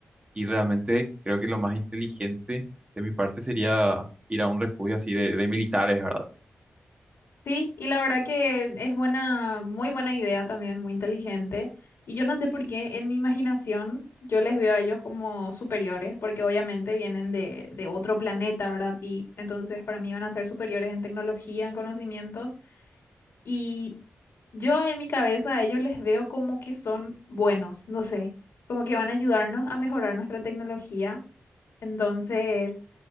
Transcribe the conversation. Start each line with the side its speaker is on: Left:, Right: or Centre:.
Right: Y realmente creo que lo más inteligente de mi parte sería ir a un refugio así de, de militares, ¿verdad?
Left: Sí, y la verdad que es buena, muy buena idea también, muy inteligente. Y yo no sé por qué en mi imaginación yo les veo a ellos como superiores, porque obviamente vienen de, de otro planeta, ¿verdad? Y entonces para mí van a ser superiores en tecnología, en conocimientos. Y yo en mi cabeza a ellos les veo como que son buenos, no sé, como que van a ayudarnos a mejorar nuestra tecnología. Entonces...